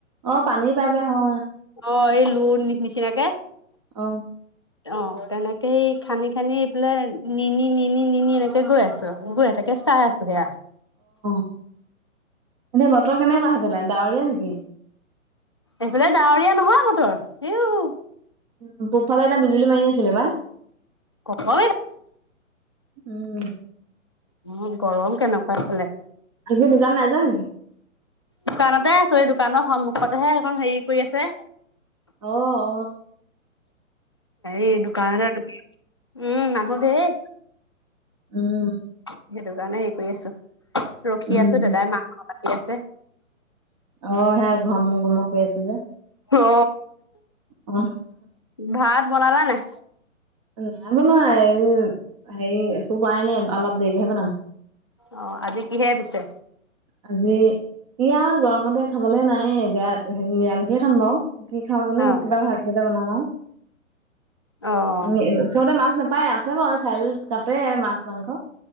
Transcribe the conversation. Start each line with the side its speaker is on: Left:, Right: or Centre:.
Right: অ পানী পাইপে অ
Left: অ এই লোৰ নি নিচিনাকে।
Right: অ
Left: অ তেনেকেই খান্দি খান্দি এইফালে নি নি নি নি নি নি এনেকে গৈ আছে। মোক এতাকে চাই আছো সেয়াই।
Right: এনেই বতৰ কেনেকুৱা আহি পেলাই ডাৱৰীয়া নেকি।
Left: এইফালে ডাৱৰীয়া নহয় বতৰ ইও।
Right: উম পূব ফালে এতিয়া বিজুলী মাৰি আছিলে বা।
Left: গৰমে
Right: উম।
Left: অ গৰম কেনেকুৱা এফালে।
Right: আজি দোকান নাই যোৱা নেকি
Left: দোকানতে আছো এই দোকানৰ। সন্মুখতেহে এখন হেৰি কৰি আছে।
Right: অহ অহ।
Left: এ দোকান উম মানুহ ধেই।
Right: উম।
Left: সেইটো কাৰণে হেৰি কৰি আছো ৰখি
Right: উম
Left: আছো দাদাই মাংসই কাটি আছে।
Right: অ সে ঘম ঘুমক কৰি আছো যে।
Left: অ
Right: অ
Left: ভাত বনালা নাই
Right: নাই বনোৱাই এই হেৰি একো কোৱাই নাই অলপ দেৰিকেহে বনাম।
Left: অ আজি কিহে পিছে।
Right: আজি কি আৰু গৰমতে খাবলে নাই এতিয়া নিৰামিষে। খাম বও কি খাওঁ জানো
Left: অ'
Right: কিবা ভাত দুইটা বনামা আও।
Left: অ',
Right: উম ওচৰতে মাছ নাপায় আছে বাওঁ চাৰিআলিত কাটে মাছ মাংস